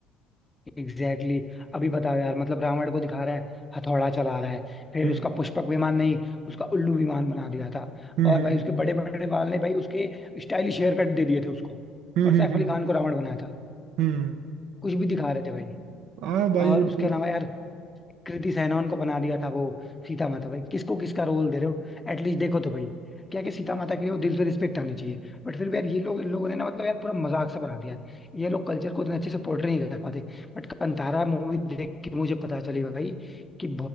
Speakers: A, on the left; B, on the right.
A: Exactly exactly. अभी बताओ यार मतलब रावण को दिखा रहा है हथौड़ा चला रहा है फिर
B: हम्म
A: उसका पुष्पक विमान नहीं उसका उल्लू विमान बना दिया था
B: हम्म
A: और
B: हम्म
A: भाई उसके बड़े बड़े बाल ने भाई उसके स्टाइलिश हेयर कट दे दिए थे उसको
B: हम्म
A: और सैफ
B: हम्म हम्म,
A: अली खान को रावण बनाया था
B: हम्म।
A: कुछ भी दिखा रहे थे भाई
B: हाँ भाई
A: और
B: ये तो
A: उसके अलावा यार कृति सैनन को बना दिया था वो सीता माता भाई किसको किसका रोल दे रहे हो एटलीस्ट देखो तो भाई क्या है कि सीता माता के लिए वो दिल से रिस्पेक्ट आनी चाहिए बट फिर भी यार ये लोग इन लोगों ने ना मतलब यार पूरा मजाक सा बना दिया ये लोग कल्चर को इतने अच्छे से पोर्ट्रे नहीं कर पाते बट कंतारा मूवी देख के मुझे पता चली भाई कि